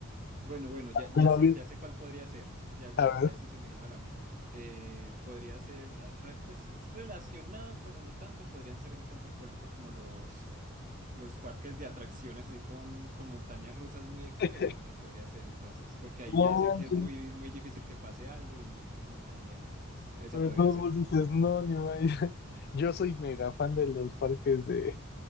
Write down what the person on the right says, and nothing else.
bueno, bueno, ya, ya
sé,
ya sé cuál podría ser. Ya, ya,
ya sí se me vino a la mente. Eh, podría ser, ah, re- pues es relacionado, pero no tanto. Podrían ser entonces, por ejemplo, como los Los parques de atracciones así con, con montañas rusas muy extremas,
esa podría ser entonces, porque ahí
ya sé
que es muy, muy difícil que pase algo y, y esas me dan miedo, entonces esa
podría
ser.